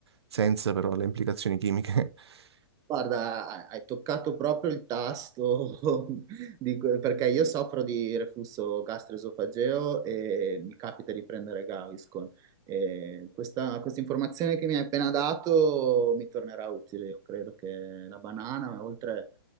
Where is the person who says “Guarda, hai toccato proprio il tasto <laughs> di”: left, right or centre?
Right